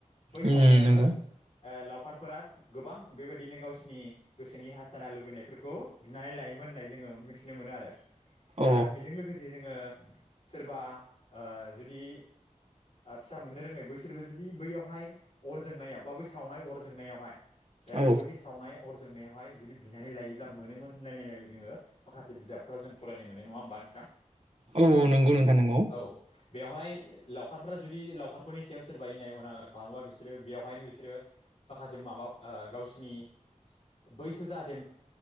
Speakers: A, on the left (about 55°); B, on the right (about 55°).
A: बै
B: उम
A: सावनायावनो
B: नंगौ
A: ओ खारफोरा गोबां बेबायदिनो गावसिनि गोसोनि हासथाना लुबैनायफोरखौ बिनानै लायोमोन होननाय जों ओ मिथिनो मोनो आरो।
B: अ
A: दा बेजों लोगोसे जोङो सोरबा ओ जुदि ओ फिसा मोननो रोङै बैसोरबो जुदि बैयावहाय अर जोंनायाव बा बै सावनाय अर जोंनायावहाय बेलागुरनि
B: औ
A: सावनायाव अर जोंनायावहाय जुदि बिनानै लायोब्ला मोनोमोन होनलायनायलायाय जोङो माखासे बिजाबफ्राव जों फरायनो मोन नङा होमबा। नोंथां
B: औ नंगौ नोंथां नंगौ
A: औ बेवहाय लावखारफोरा जुदि लावखारफोरनि सायाव सोर बानाय अनागार खालामोबा बिसोरो बेवहायनो बिसोरो माखासे माबा ओ गावसिनि बैखौ जाहाथे